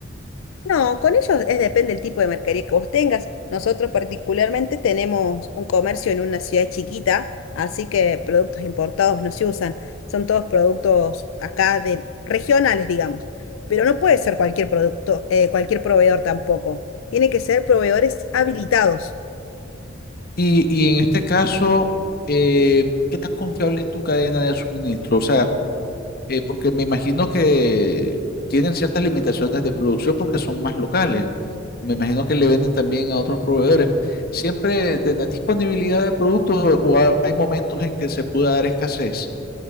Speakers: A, on the left; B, on the left.
A: No, con ellos es depende del tipo de mercadería que vos tengas. Nosotros particularmente tenemos un comercio en una ciudad chiquita, así que productos importados no se usan. Son todos productos acá de regionales, digamos. Pero no puede ser cualquier producto, eh, cualquier proveedor tampoco. Tiene que ser proveedores habilitados.
B: Y, y en este caso, eh, ¿qué tan confiable es tu cadena de suministro? O sea, Eh, porque me imagino que tienen ciertas limitaciones de producción porque son más locales. Me imagino que le venden también a otros proveedores. ¿Siempre tendrá disponibilidad de productos o, o ha- hay momentos en que se pueda dar escasez